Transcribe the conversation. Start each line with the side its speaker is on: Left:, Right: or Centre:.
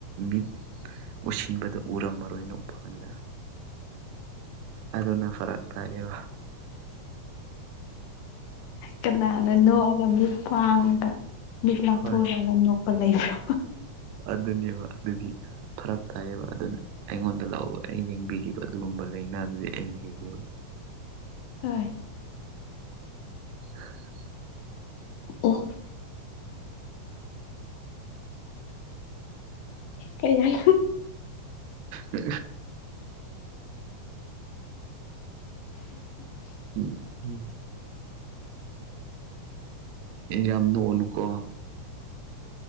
Right: ꯃꯤꯠ ꯎꯁꯤꯟꯕꯗ ꯎꯔꯝꯃꯔꯣꯏꯅꯨ ꯄꯀꯟꯗ ꯑꯗꯨꯅ ꯐꯔꯛ ꯇꯥꯛꯑꯦꯕ
Left: ꯀꯅꯥꯅ ꯅꯣꯛꯑꯒ ꯃꯤꯠ ꯄꯥꯡꯉꯒ ꯃꯤꯠ ꯂꯥꯊꯣꯔꯒ
Right: ꯍꯣꯏ
Left: ꯅꯣꯛꯄ ꯂꯩꯕ꯭ꯔꯥ
Right: ꯑꯗꯨꯅꯦꯕ ꯑꯗꯨꯒꯤ ꯐꯔꯛ ꯇꯥꯏꯌꯦꯕ ꯑꯗꯨꯅ ꯑꯩꯉꯣꯟꯗ ꯂꯥꯛꯑꯣꯕ ꯑꯩꯅ ꯌꯦꯡꯕꯤꯒꯦꯕ ꯑꯗꯨꯒꯨꯝꯕ ꯂꯥꯏꯅꯥꯗꯨꯗꯤ ꯑꯩꯅ ꯌꯦꯡꯒꯦꯕ
Left: ꯍꯣꯏ
Right: ꯎꯝ
Left: ꯑꯣ ꯀꯔꯤ ꯍꯥꯏ
Right: ꯎ ꯎꯝ ꯌꯥꯝ ꯅꯨꯎꯅꯨꯀꯣ